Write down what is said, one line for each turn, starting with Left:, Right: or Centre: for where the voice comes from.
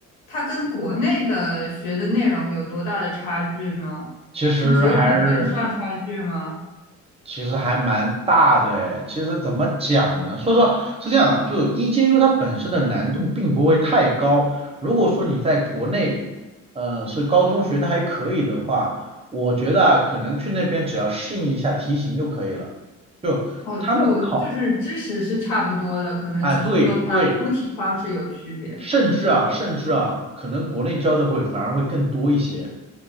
Left: 它跟国内的学的内容有多大的差距呢？
Right: 其实还是
Left: 是只有语言上差距吗？
Right: 其实还蛮大的诶。其实怎么讲呢？说实话是这样啊，就 EJU 它本身的难度并不会太高。如果说你在国内，呃，是高中学的还可以的话，我觉得啊可能去那边只要适应一下题型就可以了。就他们考
Left: 哦，就就是知识是差不多的，可能只是说它出题方式有区别。
Right: 啊，对对甚至啊，甚至啊，可能国内教的会反而会更多一些。